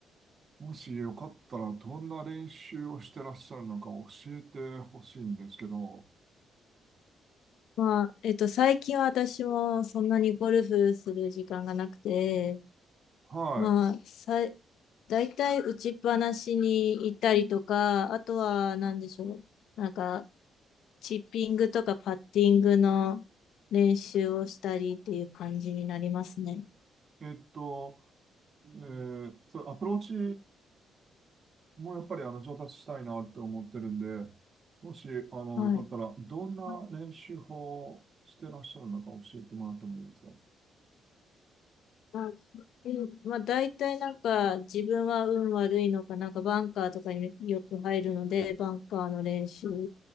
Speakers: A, on the right; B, on the left.
A: もしよかったらどんな練習をしてらっしゃるのか教えてほしいんですけど、
B: まあ、えっと、最近は私もそんなにゴルフする時間がなくて、
A: は
B: まあ、さい、大体打ちっぱなしに行ったりとか、あとは何でしょう。なんか、チッピングとかパッティングの練習をしたりっていう感じになりますね。
A: い。えっと、えー、それアプローチもうやっぱりあの上達したいなって思ってるんで、もしあのよかったら、
B: はい。
A: どんな練習法をしてらっしゃるのか教えてもらってもいいですか
B: まあだまあ、大体なんか自分は運悪いのか、なんかバンカーとかによく入るので、バンカーの練習